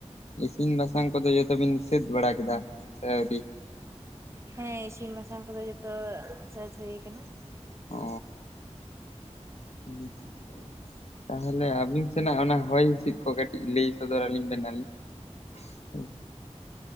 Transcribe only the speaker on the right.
ᱦᱮᱸ ᱤᱥᱤᱱ ᱵᱟᱥᱟᱝ ᱠᱚᱫᱚ ᱡᱚᱛᱚ ᱥᱟᱹᱫ ᱦᱩᱭ ᱠᱟᱱᱟ᱾